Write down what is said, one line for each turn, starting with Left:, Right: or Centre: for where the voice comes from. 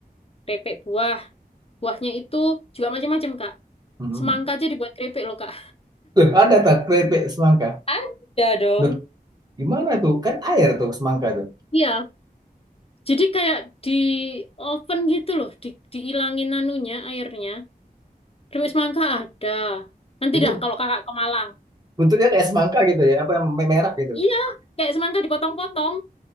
Left: keripik buah. Buahnya itu juga macam-macam kak.
Right: mm
Left: Semangka aja dibuat keripik loh kak.
Right: Loh, ada tak keripik semangka?
Left: <laughs> Ada dong.
Right: Loh, gimana tuh? Kan air tuh semangka tuh.
Left: Iya, jadi kayak di oven gitu loh, di diilangin anunya airnya. Keripik semangka ada. Nanti
Right: Jadi
Left: dah kalau kakak ke Malang.
Right: bentuknya kayak semangka gitu ya, apa yang me- merah gitu.
Left: Iya, kayak semangka dipotong-potong